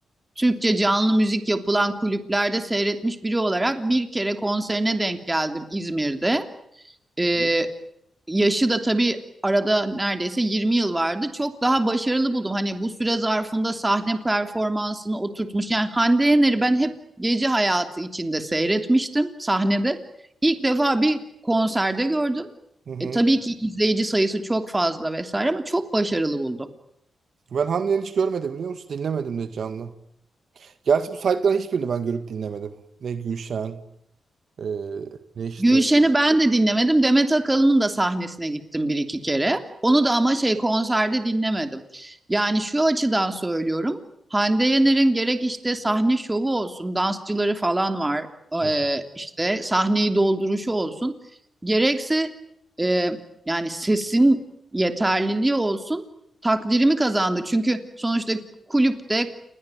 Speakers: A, on the right; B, on the right.
A: Türkçe canlı müzik yapılan kulüplerde seyretmiş biri olarak bir kere konserine denk geldim İzmir'de. Ee, yaşı da tabii arada neredeyse 20 yıl vardı. Çok daha başarılı buldum. Hani bu süre zarfında sahne performansını oturtmuş. Yani Hande Yener'i ben hep gece hayatı içinde seyretmiştim sahnede. İlk defa bir konserde gördüm.
B: Hı hı.
A: E, tabii ki izleyici sayısı çok fazla vesaire ama çok başarılı buldum.
B: Ben Haniye'ni hiç görmedim biliyor musun? Dinlemedim de canlı. Gerçi bu saytların hiçbirini ben görüp dinlemedim. Ne Gülşen, e, ne işte.
A: Gülşen'i ben de dinlemedim. Demet Akalın'ın da sahnesine gittim bir iki kere. Onu da ama şey konserde dinlemedim. Yani şu açıdan söylüyorum. Hande Yener'in gerek işte sahne şovu olsun, dansçıları falan var.
B: Hı.
A: Ee, işte sahneyi dolduruşu olsun. Gerekse e, yani sesin yeterliliği olsun. Takdirimi kazandı. Çünkü sonuçta kulüpte